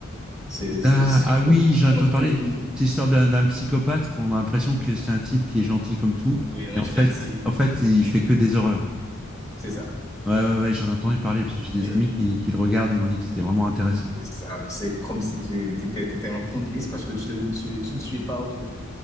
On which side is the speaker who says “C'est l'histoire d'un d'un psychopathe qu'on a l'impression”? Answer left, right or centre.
Centre